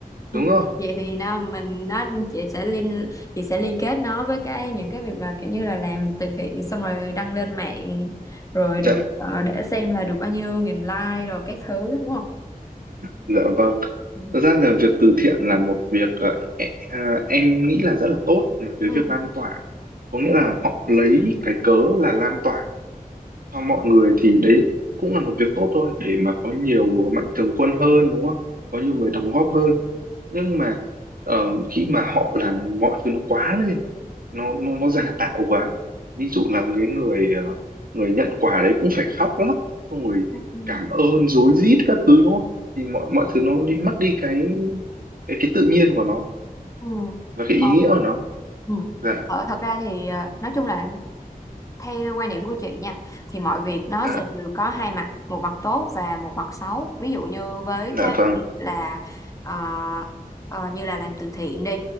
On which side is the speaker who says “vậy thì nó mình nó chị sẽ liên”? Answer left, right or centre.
Left